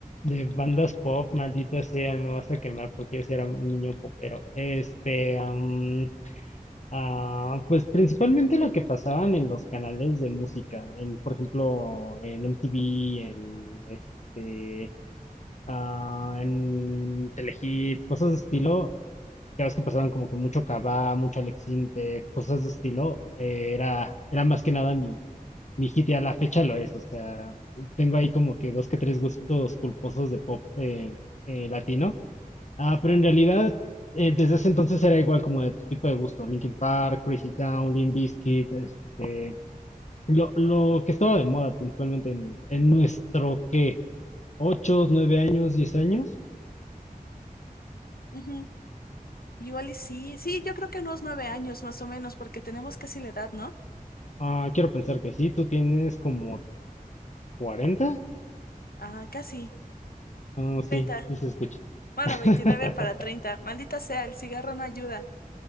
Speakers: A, on the left; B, on the left.
A: De bandas pop, maldita sea, me vas a quemar porque yo sí era un niño popero. Este, am, Ah, pues principalmente lo que pasaban en los canales de música, en, por ejemplo, en MTV, en este, ah, en Telehit, cosas de estilo, ya ves que pasaban como que mucho Kabá, mucho Alex Sinte, cosas de estilo, eh, era, era más que nada mi, mi hit y a la fecha lo es, o sea, tengo ahí como que dos que tres gustos culposos de pop eh, eh, latino, Ah, pero en realidad, eh, desde ese entonces era igual como de tu tipo de gusto, Linkin Park, Crazy Town, Limp Bizkit, este, lo, lo que estaba de moda principalmente en, en nuestro, ¿qué? ¿Ocho, nueve años, diez años?
B: Ujú. Igual y sí, sí, yo creo que unos nueve años más o menos, porque tenemos casi la edad, ¿no?
A: Ah, quiero pensar que sí, tú tienes como 40.
B: Ah, casi.
A: Ah, sí,
B: treinta
A: sí se escucha.
B: Bueno,
A: <laughs>
B: 29 para 30. Maldita sea, el cigarro no ayuda.